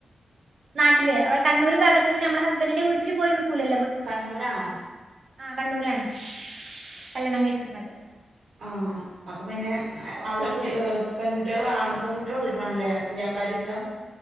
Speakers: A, on the right (about 60°); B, on the right (about 80°).
A: നാട്ടില് അവടെ കണ്ണൂർ ഭാഗത് നിന്ന് നമ്മെ ഹസ്ബൻിന്റെ വീട്ടില് പോയി നൽക്കൂല്ലോ.
B: കണ്ണൂർരാണോ?
A: ആ കണ്ണൂരാണ് കല്യാണം കഴിച്ചിരിക്കുന്നത്.
B: ആഹ് അപ്പൊ പിന്നെ അവിടെ
A: പിന്നെ
B: പുതിയ പെൺകുട്ടികളണ് പെൺകുട്ടികളെ വീട്ടിലാണ്ല്ലേ പുയാപ്ലാര് നിക.